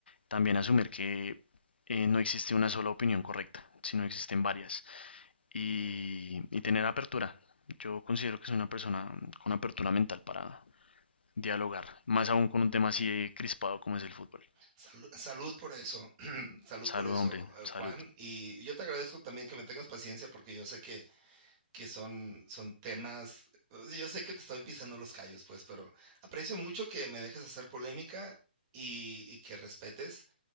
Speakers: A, on the left; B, on the right.
A: también asumir que eh, no existe una sola opinión correcta, sino existen varias. Y, y tener apertura. Yo considero que soy una persona con apertura mental para dialogar, más aún con un tema así de crispado como es el fútbol.
B: "Salu- salud por eso, <clears throat> salud
A: Salud,
B: por eso,
A: hombre,
B: eh,
A: salud.
B: Juan. Y yo te agradezco también que me tengas paciencia porque yo sé que, que son, son temas, yo sé que te estoy pisando los callos, pues, pero aprecio mucho que me dejes hacer polémica y, y que respetes.